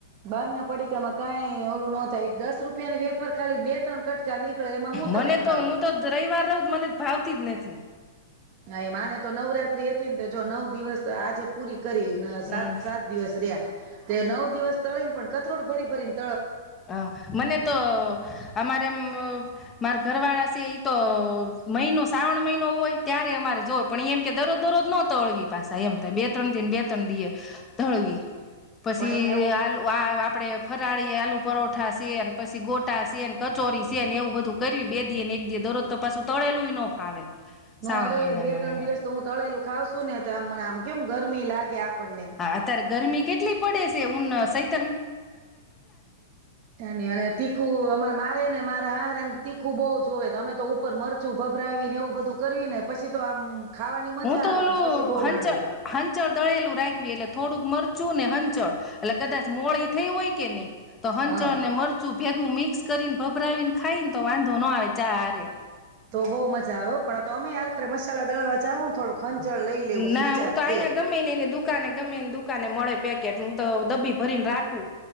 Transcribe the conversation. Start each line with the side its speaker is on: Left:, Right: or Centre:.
Right: બંધ. પડીકામાં કઈ ઓલું નો થાય એક દસ રૂપિયા ની વેફાર ખાલી બે ત્રણ કટકા નીકળે એમાં હું
Left: મને
Right: તમે
Left: તો
Right: ખાવ
Left: હું તો રવિવાર રહું જ મને ભાવતી જ નથી.
Right: હ એ માને તો નવરાત્રી એ હતી ને તો જો નવ દિવસ આજે પૂરી કરી
Left: હમ
Right: સાત સાત દિવસ રહ્યા તે નવ દિવસ તળી ને પણ કથેરોડ ભરી ભરી બરીન.
Left: હ મને તો અમારે એમ અ મારા ઘરવાળા છે ઈ તો મહિનો શ્રાવણ મહિનો હોય ત્યારે અમારે જોય પણ એ એમ કે દરરોજ દરોજ ન તળવી પાછા એમ થાય બે ત્રણ દને બે ત્રણ દિ એ તળવી. પછી
Right: પણ એમાં એવું
Left: આલુ વા આપડે ફરાળી આલુ પરોઠા સી ને પછી ગોટા સી ને કચોરી સી ને એવું બધું કર બે દી ને એક દ દરરોજ તો પાછું તળેલું ન ફાવે.
Right: હું
Left: શ્રાવણ
Right: અરે
Left: મહિનામાં
Right: બે ત્રણ દિવસ તો હું તળેલું ખાવ છું ને તો આમ મને આમ કેમ ગરમી લાગે આપણને.
Left: હા અત્યારે ગરમી કેટલી પડે છે. ઉન સૈ
Right: અને તીખું અમાર મારે ને મારે હહાર તીખું બહુ જોવે તમે તો ઉપર મરચું ભભરાવી ને એવું બધું કરવી ને પછી તો આમ ખાવાની મજા
Left: હું તો
Right: આવે
Left: ઓલું
Right: પણ પછી બહુ
Left: હંચ
Right: નડે
Left: હંચળ દળેલું રાખવી એટલે થોડુંક મરચું ને હંચડ. એટલે કદાચ મોડી થઈ હોય કે નહી તો હંચળ
Right: હા
Left: ને મરચું ભેગું મિક્સ કરીને ભભરાવીને ખાઈને તો વાંધો ન આવે ચા હારે.
Right: તો બહુ મજા હો પણ તો અમે હાલ ખરા મસાલા દળવા જાાવુ થોડું. ખંચળ લઈ લેવું
Left: ના
Right: વિચાર
Left: હું તો અહીંયા
Right: છે
Left: ગમે ને એને દુકાને ગમેને દુકાને મળે. પેકેટ હુ ત દબ્બી ભરીને રાખું